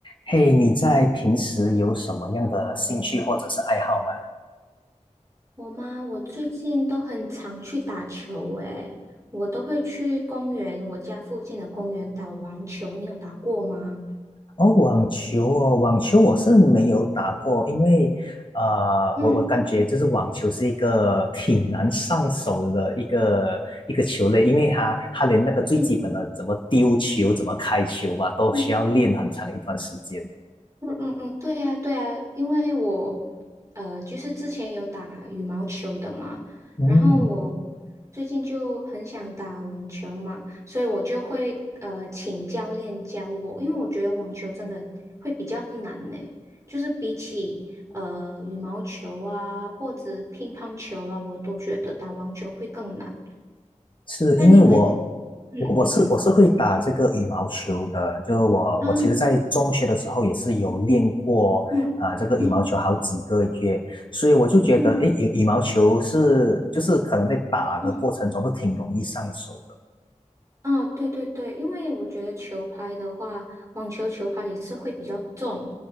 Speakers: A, on the left (about 40°); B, on the right (about 25°).
A: 嘿，你在平时有什么样的兴趣或者是爱好吗？
B: 我吗？我最近都很常去打球，诶，我都会去公园，我家附近的公园打网球。你有打过吗？
A: 哦，网球哦，网球我是没有打过，因为呃，
B: 嗯
A: 我我感觉就是网球是一个挺难上手的一个一个球类，因为它它连那个最基本的怎么丢球、
B: 嗯
A: 怎么开球吧，都需要练很长一段时间。
B: 嗯。嗯嗯嗯，对呀对呀，因为我呃，就是之前有打羽毛球的嘛，
A: 嗯，
B: 然后我最近就很想打网球嘛，所以我就会呃请教练教我，因为我觉得网球真的会比较难呢，就是比起呃羽毛球啊或者乒乓球啊，我都觉得打网球会更难。
A: 是因为我
B: 那你会打？嗯嗯嗯，
A: 我我是我是会打这个羽毛球的，就我我其实，
B: 啊，
A: 在中学的时候也是有练过啊、
B: 嗯嗯
A: 呃这个羽毛球好几个月，所以我就觉得，
B: 嗯
A: 诶，羽羽毛球是就是可能在打的过程中是挺容易上手的。
B: 嗯。啊，对对对，因为我觉得球拍的话，网球球拍也是会比较重，